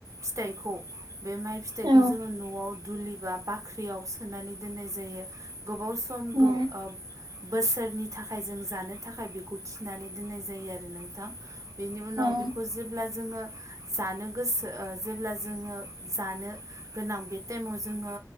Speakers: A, on the right; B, on the right.
A: फिथाइखौ बे माइ फिथाइखौ
B: औ
A: जोङो न'आव दुलि बा बाख्रियाव सोनानै दोननाय जायो गोबाव सम
B: औ
A: आ- बोसोरनि थाखाय जों जानो थाखाय बेखौ थिनानै दोननाय जायो आरो नोंथां। बेनि उनाव
B: औ
A: बेखौ जेब्ला जोङो। जानो गोसो जेब्ला जोङो जानो गोनां बे टाइमाव जोङो